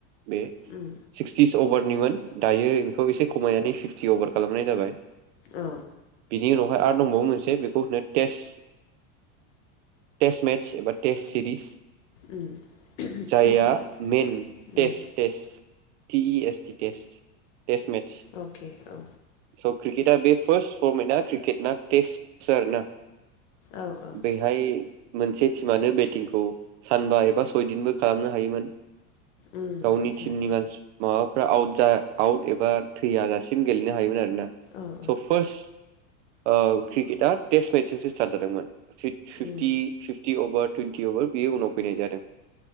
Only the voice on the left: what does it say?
उम
औ
उम
टिसि
उम
अके औ।
औ औ
उम
आदसा
आदसा
औ
औ
उम